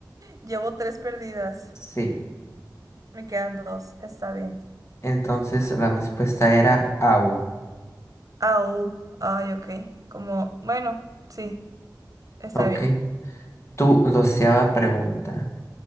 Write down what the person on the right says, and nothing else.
Llevo tres perdidas.
Me quedan dos. Está bien.
Au. Ay, ok. Como, bueno, sí, está
bien.